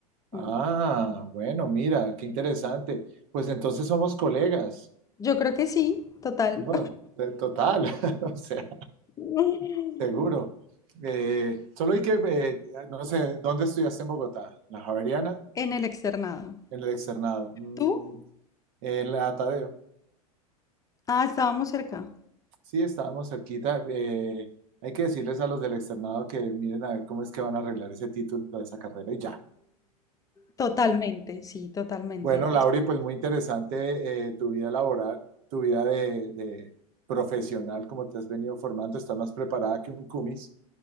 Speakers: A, on the left; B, on the right.
A: Mm.
B: Ah, bueno, mira, qué interesante. Pues entonces somos colegas.
A: Yo creo que sí, total.
B: No, de- total, <laughs> o sea,
A: <laughs>
B: seguro. Eh, solo hay que, eh, no sé, ¿dónde estudiaste en Bogotá? ¿La Javeriana?
A: En el externado.
B: En el externado. Mm,
A: ¿Tú?
B: el atadeo.
A: Ah, estábamos cerca.
B: Sí, estábamos cerquita. eh, hay que decirles a los del externado que miren a ver cómo es que van a arreglar ese título de esa carrera y ya.
A: Totalmente, sí, totalmente.
B: Bueno, Lauri, pues muy interesante eh, tu vida laboral, tu vida de, de profesional, como te has venido formando. Estás más preparada que un cumis,